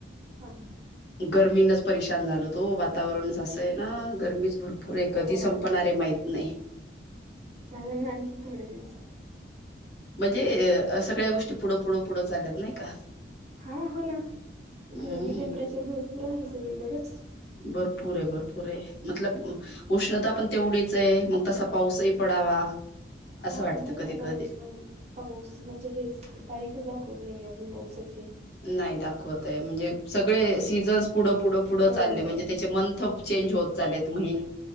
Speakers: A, on the right; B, on the left.
A: हा हा
B: गर्मीनच परशान झाल तो वातावरणच असं आहे ना गर्मीच भरपूर पुरे कधी
A: हो
B: संपणारे
A: हो
B: माहितत नाही
A: झालं ना आणखीन थोडे दिवस
B: म्हणजे सगळ्या गोष्टी पुढं पुढं पुढं चालल्यात नाही का
A: हा हो ना
B: हम्म
A: गरमी टेम्परेचर भरपूर आहे सगळीकडेच
B: भरपूर आहे भरपूर आहे मतलब उष्णता पण तेवढीच आहे मग तसा पाऊसही पडावा
A: हा
B: असं वाटतं
A: नाही
B: कधी
A: ना पाऊस
B: कधी
A: म्हण पाऊस म्हणजे हेच तारीखच दाखवत नाहीे अजून पावसाचे
B: नाही दाखवतय म्हणजे सगळे
A: आहे.
B: सीझन्स पुढं पुढ पुढं
A: हो
B: चालले
A: हो
B: म्हणजे त्याचे म चेंज होत चालेत महि